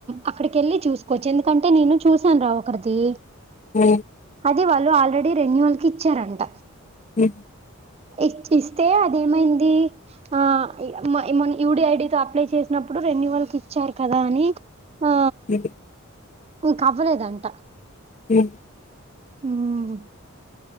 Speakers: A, on the right; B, on the left.
A: అక్కడికి వెళ్ళి చూసుకోవచ్చు ఎందుకంటే నేను చూసాను రా ఒకరిది
B: ఆ
A: అది వాళ్ళు ఆల్రెడీ రెన్యయువల్ కి ఇచ్చారంట
B: హ
A: ఇ ఇస్తే అదేమైంది ఆమ యయుడి ఐడితో అప్లై చేసినప్పుడు రెన్యువల్ కి ఇచ్చారు కదా అని ఆ
B: అ
A: ఇంక అవ్వలేదంట
B: ఉమ్
A: ఉమ్